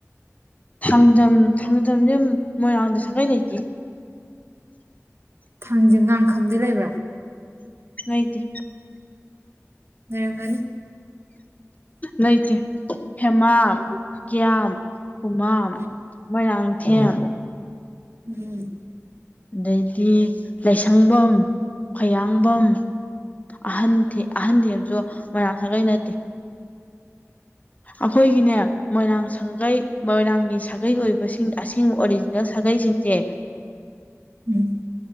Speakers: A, on the left (about 30°); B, on the right (about 50°).
A: ꯊꯥꯡꯖꯝ ꯊꯥꯡꯖꯝꯁꯦ ꯃꯣꯏꯔꯥꯡꯗ ꯁꯥꯒꯩ ꯂꯩꯇꯦ
B: ꯊꯥꯡꯖꯦ ꯉꯥꯡ ꯈꯝꯗꯤ ꯂꯩꯕ꯭ꯔꯥ
A: ꯂꯩꯇꯦ
B: ꯅꯩꯔꯛꯀꯅꯤ
A: ꯂꯩꯇꯦ ꯍꯦꯃꯥꯝ ꯀꯤꯌꯥꯝ ꯈꯨꯨꯃꯥꯝ
B: ꯎꯝ
A: ꯃꯣꯏꯔꯥꯡꯊꯦꯝ
B: ꯎꯝ
A: ꯑꯗꯩꯗꯤ ꯂꯥꯏꯁꯪꯕꯝ ꯈꯌꯥꯡꯕꯝ
B: ꯎꯝ
A: ꯑꯍꯟꯊꯦ ꯑꯍꯟ ꯊꯦꯝꯖꯨ ꯃꯣꯏꯔꯥꯡ ꯁꯥꯒꯩ ꯅꯠꯇꯦ ꯑꯩꯈꯣꯏꯒꯤꯅꯦ ꯃꯣꯏꯔꯥꯡ ꯁꯥꯡꯒꯩ ꯃꯣꯏꯔꯥꯡꯒꯤ ꯁꯥꯒꯩ ꯑꯣꯏꯕꯁꯤꯡ ꯑꯁꯦꯡꯕ ꯑꯣꯔꯤꯖ__ ꯖꯦꯜ ꯁꯥꯒꯩꯖꯤꯡꯖꯦ
B: ꯎꯝ